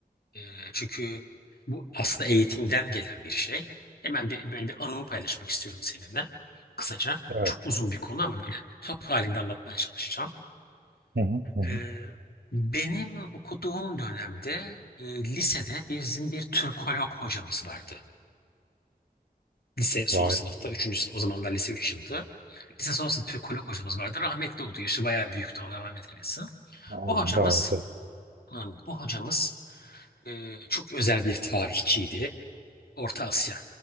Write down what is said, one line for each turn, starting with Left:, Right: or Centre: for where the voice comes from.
Left: Ee, çünkü bu aslında eğitimden gelen bir şey. Hemen bir, böyle bir anımı paylaşmak istiyorum seninle. Kısaca.
Right: Evet.
Left: Çok uzun bir konu ama böyle hap halinde anlatmaya çalışacağım.
Right: Hı hı, hı hı.
Left: Ee, benim okuduğum dönemde e, lisede bizim bir Türkolog hocamız vardı. Lise son
Right: Vay.
Left: sınıfta, üçüncü sınıf. O zamanlar lise üç yıldı. Lise son sınıf Türkolog hocamız vardı. Rahmetli oldu. Yaşı bayağı büyüktü. Allah rahmet eylesin.
Right: Allah
Left: O hocamız,
Right: rahat eylesin.
Left: o hocamız Ee, çok özel bir tarihçiydi. Orta Asya